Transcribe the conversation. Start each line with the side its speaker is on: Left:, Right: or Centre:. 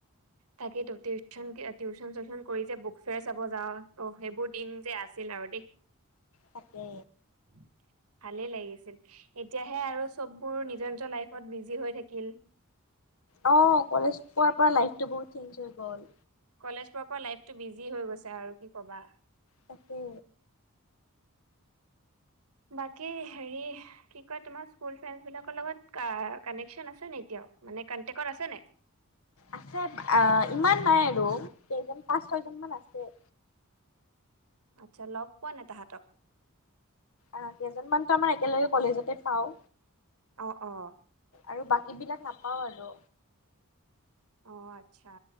Right: তাকেইতো টিউচন টিউচন চিউচন কৰি যে বুক ফেয়াৰ চাব যাওঁ অ সেইবোৰ দিন যে আছিল আৰু দেই <inaudible>
Left: তাকে
Right: <inaudible> ভালেই লাগিছিল এতিয়াহে আৰু চববোৰ নিজৰ নিজৰ লাইফত বিজি হৈ থাকিল
Left: অ' কলেজ পোৱাৰ পৰা লাইফটো বহুত চেঞ্জ হৈ গ'ল
Right: কলেজ পোৱাৰ পৰা লাইফটো বিজি হৈ গৈছে আৰু কি কবা
Left: তাকে
Right: বাকী হেৰি কি কয় তোমাৰ স্কুল ফ্ৰেণ্ডচ বিলাকৰ লগত কানেকচন আছে নে এতিয়াও মানে কনটেক্টত আছে নে নাই
Left: আছে ইমান নাই আৰু কেইজন পাঁচ ছয়জন মান আছে
Right: আচ্ছা লগ পোৱা নে তাহাঁতক
Left: আ কেইজনমানতো আমাৰ একেলগে কলেজতে পাওঁ
Right: অঁ অহ।
Left: আৰু বাকী বিলাক নাপাওঁ আৰু।
Right: অঁ আচ্ছা।